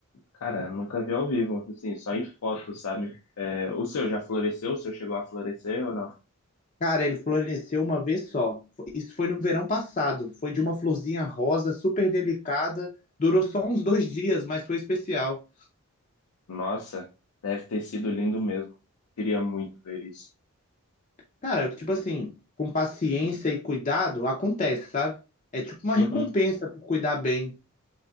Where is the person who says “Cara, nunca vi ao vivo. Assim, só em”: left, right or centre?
Left